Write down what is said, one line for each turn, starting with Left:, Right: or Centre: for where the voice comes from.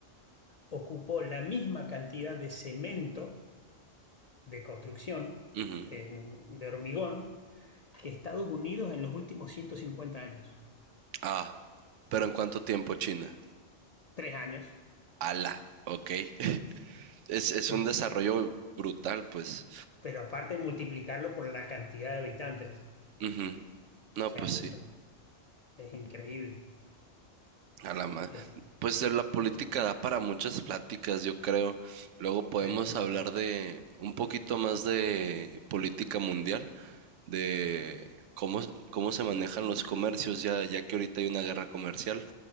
Left: ocupó la misma cantidad de cemento de construcción,
Right: Ujú.
Left: de, de hormigón, que Estados Unidos en los últimos 150 años.
Right: Ah, pero ¿en cuánto tiempo China?
Left: Tres años.
Right: Ala, ok. <laughs> Es, es
Left: Es
Right: un desarrollo brutal, pues.
Left: pero aparte multiplicarlo por la cantidad de habitantes.
Right: Ujú.
Left: O
Right: No,
Left: sea,
Right: pues
Left: eso
Right: sí.
Left: es increíble.
Right: A la ma-
Left: Es, o
Right: Pues eh, la política da para muchas pláticas, yo creo. Luego podemos
Left: sea,
Right: hablar de un poquito más de política mundial, de cómo, cómo se manejan los comercios, ya, ya que ahorita hay una guerra comercial.